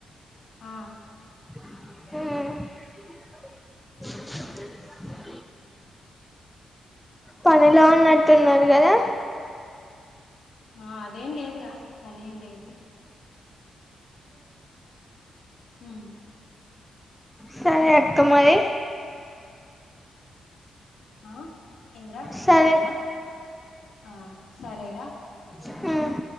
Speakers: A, on the left; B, in the centre.
A: ఆ
B: హ్మ్ పనిలో ఉన్నట్టున్నారు కదా
A: ఆ అదేం లేదురా పనేం లేదు ఉమ్,
B: సరే అక్క మరి
A: ఆ ఏందిరా
B: సరే
A: సరేనా ఆ సరేరా
B: హ్మ్